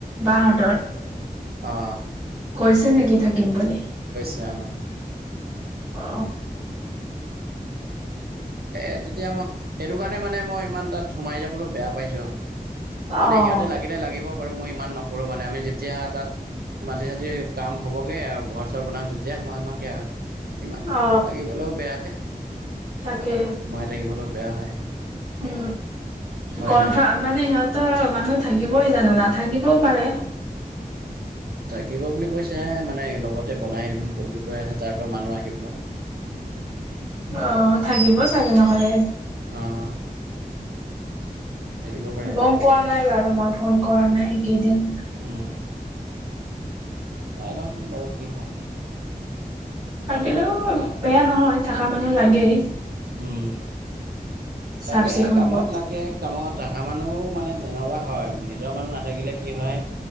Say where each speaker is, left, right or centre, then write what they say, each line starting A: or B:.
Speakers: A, on the right; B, on the right.
A: বহতত।
B: অঁ।
A: কইছে নেকি থাকিমবোলি?
B: তেওঁ
A: অ।
B: এ তেতিয়া মই সেইটো কাৰণে মানে মই ইমান তাত সোমাই যাবলৈ বেয়া পাইছোঁ আৰু
A: অ
B: মানে সিহঁতে
A: অ
B: লাগিলে লাগিব বাৰু মই ইমান নকৰোঁ মানে আমি যেতিয়া তাত। মাটি চতি কাম হ'বগে আৰু ঘৰ চৰ বনাম তেতিয়া সময়মাকে আৰু ইমান মানে
A: অ
B: লাগিবলৈও বেয়া যে
A: তাকে।
B: সোমাই থাকিবলৈও বেয়া হয়
A: উ
B: হয়
A: কনফ
B: নাই
A: মানে সিহঁত তৰ মানুহ থাকিবই জানো নাথাকিবও পাৰে।
B: থাকিব বুলি কৈছে মানে লগতে বনাইম বুলি কৈ আছে তাৰ পৰা মানুহ আহি পেলাই।
A: অ থাকিব চাগে নহলে।
B: অ', থাকিব পাৰে
A: গম পোৱা নাই বাৰু মই ফোন কৰা নাই এইকেইদিন।
B: উম, চাই লওঁচোন বাৰু কি হয়।
A: থাকিলেও বেয়া নহয় থকা মানুহ লাগেই।
B: উম
A: চাফ
B: লাগে
A: চিকুণ
B: কামত
A: কৰি
B: লাগে
A: থাকিব।
B: কামত আধা মানুহ। মানে তেনেকুৱা হয় নিজৰ মানুহ নাথাকিলে কি হয়